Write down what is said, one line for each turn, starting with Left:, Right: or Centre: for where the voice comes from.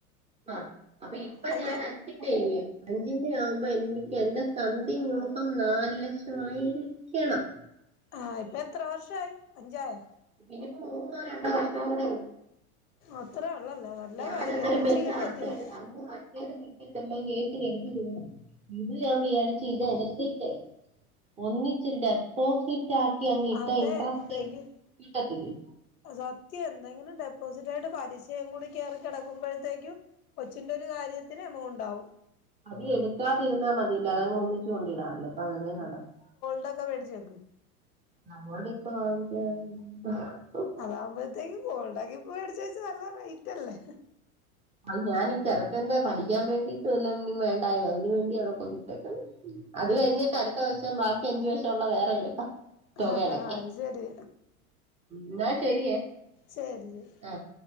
Right: ആഹ് അപ്പൊ ഇപ്പ
Left: അയ്യ
Right: ഞാൻ അഞ്ചിൻ്റെ ല്യോ അഞ്ചിന്റെ ആവുമ്പോ എനിക്ക് എന്റെ സംതിങ്ങ് ഊഹം നാലു ലക്ഷമായിരിക്കണം
Left: ആഹ് ഇപ്പൊ എത്ര വർഷായി അഞ്ചായോ
Right: ഇനിയിപ്പോ മൂന്നോ രണ്ടോ വർഷം കൂടി ഉള്ളു
Left: അത്രേ ഒള്ളല്ലോ നല്ല
Right: ഞാൻ
Left: കാര്യം
Right: അന്നേരം
Left: ഒന്നിച്ച്
Right: വെച്ച്
Left: കിട്ടത്തില്ലേ
Right: അത് മറ്റേത് കിട്ടിയാതന്നെ സൈറ്റ് എടുത്ത് തീർന്നു ഇത് ഞാൻ വിചാരിച്ചു ഇത് എടുത്തിട്ടേ ഒന്നിച്ചു ഒരു ഡെപ്പോസിറ്റ് റ്റാക്കി അങ്ങിട്ടാ
Left: അതെ
Right: ഇൻഡ്രസ്‌റ്റ്
Left: എന്തെങ്കി
Right: കിട്ടത്തില്ലെ
Left: സത്യം എന്തെങ്കിലും ഡെപ്പോസിറ്റായിട്ട് പലിശയും കൂടി കയറി കിടക്കുമ്പോഴത്തേക്കും കൊച്ചിന്റെ ഒരു കാര്യത്തിന് എമൗണ്ടാവും
Right: അത് എടുക്കാതിരുന്നാ മതീല്ലോ അതങ്ങ് ഒന്നിച്ചു കൊണ്ടിടാല്ലോ അപ്പൊ അതേ നടക്കു
Left: ടൊക്കെ വേടിച്ച് വെക്ക്
Right: നമ്മോടിപ്പ വാങ്ങിക്കാൻ <unintelligible>
Left: ആകുമ്പോഴത്തേക്ക് ഗോൾഡാക്കി മേടിച്ച് വെച്ചാ നല്ല റെയിറ്റല്ലേ
Right: അത് ഞാനീ ചെറുക്കൻ്റെ പഠിക്കാൻ വേണ്ടീട്ട് വല്ലോം വേണ്ടായോ അതിന് വേണ്ടിയവിടെ കൊണ്ട് അത് കഴിഞ്ഞിട്ട് അടുത്ത വർഷം ബാക്കി അഞ്ച് വർഷം ഉള്ളത് വേറെ എടുക്കാം തുക
Left: ആ
Right: അടക്കാം
Left: അത് ശരി
Right: എന്നാ ശെരിയേ
Left: ശരി ശരി
Right: ആഹ്